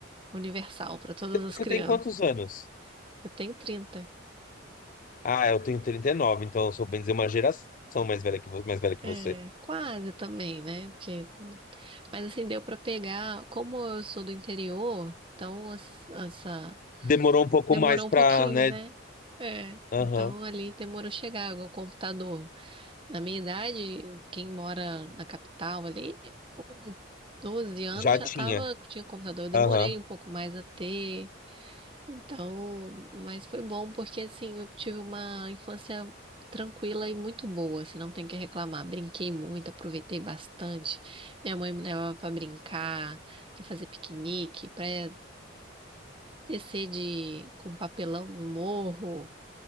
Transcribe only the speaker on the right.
universal para todas as
crianças.
Eu tenho trinta
É,
quase também, né? Porque... Mas assim, deu para pegar. Como eu sou do interior, então as- essa...
demorou
um
pouquinho,
né? É,
então ali demorou chegar o computador. Na minha idade, quem mora na capital ali, com 12 anos
já
tava, tinha computador. Eu demorei
um pouco mais a ter. Então, mas foi bom porque assim eu tive uma infância tranquila e muito boa, assim, não tem o que reclamar. Brinquei muito, aproveitei bastante. Minha mãe me levava para brincar, para fazer piquenique, para descer de com um papelão no morro.